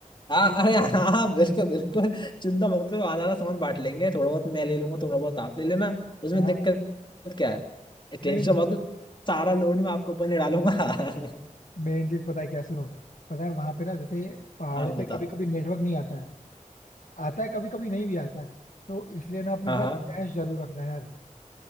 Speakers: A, on the left; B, on the left.
A: हाँ
B: फिर इतना
A: अरे हाँ
B: ज्यादा सामान-
A: हाँ, बिल्कुल बिल्कुल चिंता मत करो आधा आधा सामान बांट लेंगे थोड़ा बहुत मैं ले लूंगा थोड़ा बहुत आप ले लेना उसमें
B: हाँ
A: दिक्कत क्या है टेंशन
B: नहीं नहीं
A: मत लो, सारा लोड मैं आपके ऊपर नहीं डालूंगा <laughs>
B: मेन चीज पता है क्या है? सुनो पता है वहां पे ना जैसे पहाड़ों
A: हाँ
B: पे
A: बताओ
B: कभी कभी नेटवर्क नहीं आता है आता है कभी कभी नहीं भी आता है तो इसलिए ना अपने
A: हाँ
B: साथ
A: हाँ
B: कैश जरूर रखना यार